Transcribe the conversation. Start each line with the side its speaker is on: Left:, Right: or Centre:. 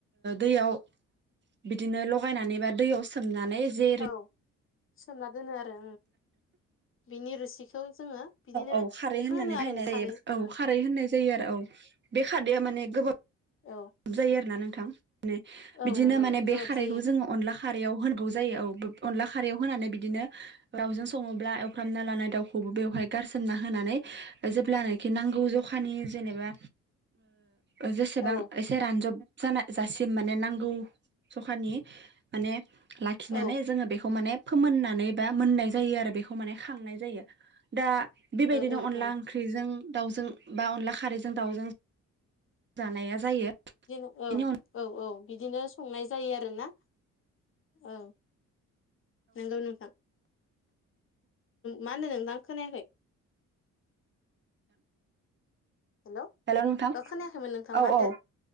Right: दैयाव बिदिनो लगायनानै बा दैयाव सोमनानै जे
Left: औ सोमना दोनो आरो बिनि रोसिखौ। जोङो बिदिनो
Right: औ खारै
Left: बेखौ
Right: होननानै
Left: होनो आरो
Right: बाहायनाय
Left: खारै
Right: जायो
Left: उम
Right: औ खारै होननाय जायो आरो औ बे खारैया माने गोबाव
Left: औ।
Right: जायो आरोना नोंथां माने
Left: औ
Right: बिदिनो
Left: नंगौ
Right: माने
Left: गोबाब
Right: बे खारैखौ
Left: जायो
Right: जोङो अनला खारयाव होनोबावौ जायो औ अनला खारयाव होनानै बिदिनो लावजों सङोब्ला एवफ्रामना लानाय दाउखौबो बेवहाय गारसोमना होनानै जोब्लानाय कि नांगौ जखानि जेनेबा ओ जेसेबां
Left: औ
Right: एसे रानजब जान जासिम माने नांगौ सखानि माने ला आखिनानै
Left: औ
Right: जोङो बेखौ माने फोमोननानै बा मोननाय जायो आरो बेखौ माने खांनाय जायो दा बेबायदिनो
Left: ओ ओं
Right: अनला
Left: ओं
Right: ख्रिजों दाउजों बा अनला खारैजों दाउजों जानाया जायो
Left: बिदिनो औ
Right: बेनि अन
Left: औ औ बिदिनो संनाय जायो आरोना औ नंगौ नोंथां। मा होनो नों दां खोनायाखै हेलौ
Right: हेल' नोंथां
Left: ओ खोनायाखैमोन नोंथां
Right: औ
Left: मा होनदो
Right: औ